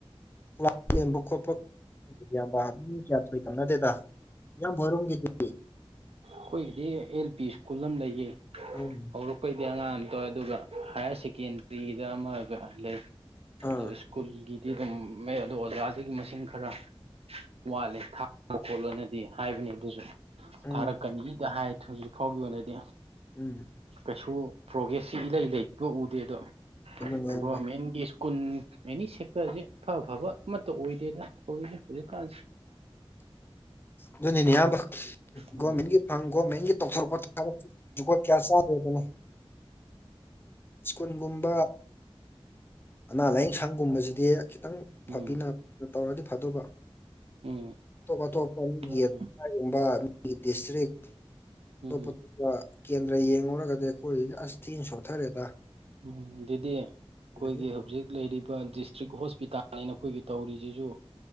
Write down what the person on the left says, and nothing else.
ꯀꯋꯥ ꯌꯦꯟꯕ ꯈꯣꯠꯄ ꯏꯌꯥꯝꯕ ꯑꯗꯨ ꯃꯤ ꯀꯌꯥ ꯊꯣꯢ ꯇꯧꯅꯗꯦꯗ ꯏꯌꯥꯝꯕꯍꯣꯢꯔꯣꯝꯒꯤꯗꯤ
ꯎꯝ
ꯑꯥ
ꯎꯝ
ꯎꯝ
ꯑꯗꯨꯅꯤ ꯏꯌꯥꯝꯕ
ꯑꯗꯨꯅꯤꯅꯦ ꯏꯌꯥꯝꯕ
ꯒꯣꯔꯃꯦꯟꯒꯤ ꯍꯪ ꯒꯣꯔꯃꯦꯟꯒꯤ ꯇꯧꯊꯣꯔꯛꯄ ꯊꯕꯛ ꯖꯨꯒꯣꯠ ꯀ꯭ꯌꯥ ꯆꯥꯗꯦꯗꯅ ꯁ꯭ꯀꯨꯜꯒꯨꯝꯕ ꯑꯅꯥ ꯂꯥꯏꯌꯦꯡ ꯁꯪꯒꯨꯝꯕꯁꯤꯗꯤ ꯈꯤꯇꯪ
ꯐꯕꯤꯅ ꯇꯧꯔꯗꯤ ꯐꯗꯨꯕ
ꯑꯇꯣꯞ ꯑꯇꯣꯞꯄ ꯑꯃ
ꯌꯦ ꯀꯩꯒꯨꯝꯕ ꯅꯪꯒꯤ ꯗꯤꯁꯇ꯭ꯔꯤꯛ
ꯇꯣꯞꯄ
ꯗꯨꯒ ꯀꯦꯟꯗ꯭ꯔ ꯌꯦꯡꯉꯨꯔꯒꯗꯤ ꯑꯩꯈꯣꯏ ꯑꯁ ꯊꯤꯅ ꯁꯣꯊꯔꯦꯗ
ꯑꯗꯒꯤ